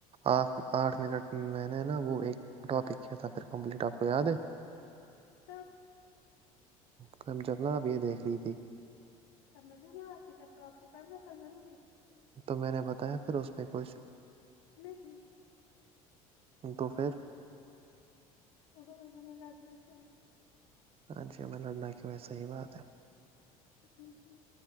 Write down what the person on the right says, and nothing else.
آ آٹھ منٹ میں نے نا وہ ایک ٹاپک کیا تھا پھر کمپلیٹ آپ کو یاد ہے
کم جب ن اب یہ دیکھ رہی تھی
تو میں نے بتایا پھر اس میں کچھ
تو پھر
اچھا میں لڑنا کی وسحی بات ہے